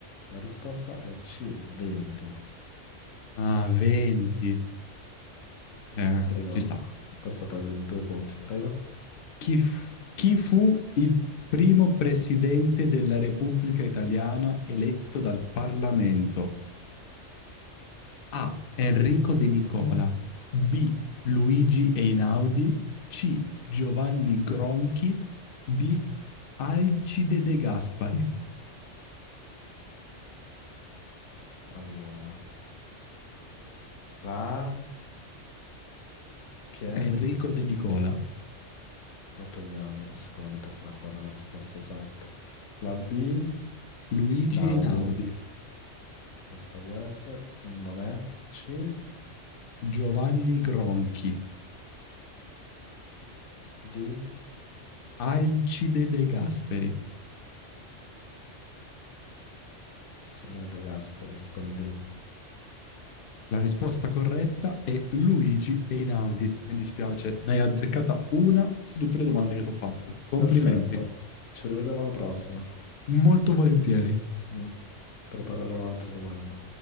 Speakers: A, on the left; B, on the left.
A: La risposta è C, 20.
B: Ah, 20. Eh,
A: Prego,
B: ci sta.
A: questa toglie due punti, prego.
B: Chi, f- chi fu il primo presidente della Repubblica Italiana eletto dal Parlamento? A. Enrico De Nicola. B. Luigi Einaudi. C. Giovanni Gronchi. D. Alcide De Gaspari.
A: Allora, la A che è?
B: Enrico De Nicola.
A: La togliamo e sicuramente sarà quella la risposta esatta. La B,
B: Luigi
A: Naudi,
B: Einaudi.
A: questa può essere, non è. C,
B: Giovanni Gronchi.
A: D,
B: Alcide De Gasperi.
A: secondo me è De Gasperi con D.
B: La risposta corretta è Luigi Einaudi. Mi dispiace, ne hai azzeccata una su tutte le domande che ti ho fatto. Complimenti.
A: Perfetto, ci rivedremo alla prossima.
B: Molto volentieri.
A: Mm, preparerò altre domande.